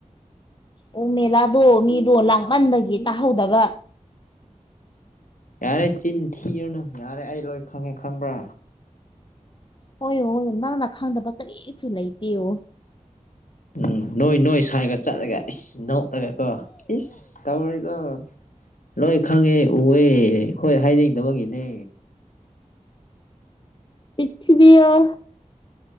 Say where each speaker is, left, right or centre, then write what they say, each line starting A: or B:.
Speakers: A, on the left; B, on the left.
A: ꯑꯣ ꯃꯦꯂꯥꯗꯣ ꯃꯤꯗꯣ ꯂꯥꯡꯃꯟꯕꯒꯤ ꯇꯥꯍꯧꯗꯕ
B: ꯌꯥꯔꯦ ꯆꯤꯟ ꯊꯤꯔꯅꯨ ꯌꯥꯔꯦ ꯑꯩ ꯂꯣꯏ ꯈꯪꯉꯦ ꯈꯪꯕ꯭ꯔꯥ
A: ꯍꯣꯏꯣ ꯍꯣꯏꯣ ꯅꯅꯥꯪꯟꯅ ꯈꯪꯗꯕ ꯀꯔꯤꯁꯨ ꯂꯩꯇꯦ ꯑꯣꯣ
B: ꯎꯝ ꯅꯣꯏ ꯅꯣꯏ ꯁꯥꯏꯒ ꯆꯠꯂꯒ ꯏꯁ ꯅꯣꯛꯂꯒ ꯀꯣ ꯏꯁ ꯑꯁ ꯇꯧꯔꯤꯗꯣ ꯂꯣꯏ ꯈꯪꯉꯦ ꯎꯑꯦ ꯑꯩꯈꯣꯏ ꯍꯥꯏꯅꯤꯡꯗꯕꯒꯤꯅꯦ
A: ꯄꯤꯊꯤꯕꯤ ꯑꯣ